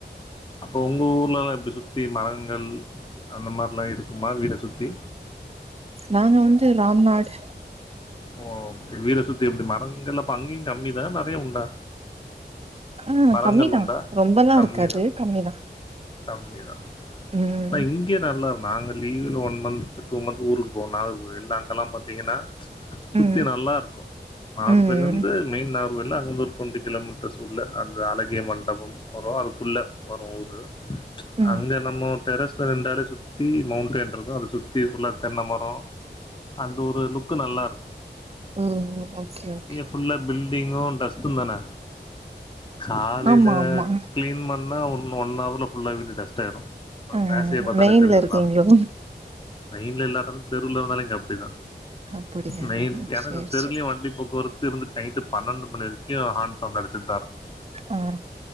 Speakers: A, on the left; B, on the right.
A: அப்ப ஒங்க ஊர்லலா இப்டி சுத்தி மரங் கள் அந்த மாரிலா இருக்குமா வீட சுத்தி
B: நாங்க வந்து ராம்நாட்
A: ஓ ஓகே வீட சுத்தி எப்டி மரங்கள்லப்ப அங்கியு கம்மி தான நெறைய உண்டா
B: ஆ
A: மரங்கள்
B: கம்மிதா
A: உண்டா
B: ரொம்பலா
A: கம்மிதா
B: இருக்காது கம்மிதா
A: ம் கம்மிதா
B: ம்
A: அனா இங்க நல்லா நாங்க லீவுல ஒன் மந்து டூ மந்த் ஊருக்கு போவோ நாகர்கோயில் அங்கெல்லா பாத்தீங்கன்னா சுத்தி
B: ம்
A: நல்லாருக்கு நாகர்கோயிலேருந்து
B: ம்
A: மெயின் நார் கோவில்ல அங்க வந்து ஒரு டுவென்டி கிலோமீட்டர்ஸ் உள்ள அந்த அழகிய மண்டபம் வரு அதுக்குள்ள வரு ஊரு
B: ம்
A: அங்க நம்மோ டெரஸ்ல நிண்டாலே சுத்தி மௌண்டென் இருக்கு அத சுத்தி ஃபுல்லா தென்ன மரோ அது ஒரு லுக்கு நல்லாருக்கு
B: ம் ஓகே ஓகே
A: ஃபுல்லா பில்டிங்கு டஸ்டு தான காலைல
B: ஆமா ஆமா
A: கிளீன் பண்ணா ஒன் ஒன் ஹவர்ல ஃபுல்லா வீடு டஸ்ட்டாயிடு நா
B: ஆ
A: மேசைய பாத்தாலே
B: மெயின்ல
A: தெரிஞ்சிடு
B: இருக்கீங்களோ
A: மெயின்ல இல்லாட்டாலு தெருவுல இருந்தாலு இங்க அப்டிதா
B: அப்படியா
A: நைட் ஏன்னா
B: சேரி
A: இந்த தெருலயு
B: சேரி
A: வண்டி போக்குவரத்து இருந்து நைட்டு பன்னெண்டு மணி வரைக் கு ஹார்ன் சௌண்டு அடிச்சிட்டுதாருக்கு
B: ஆ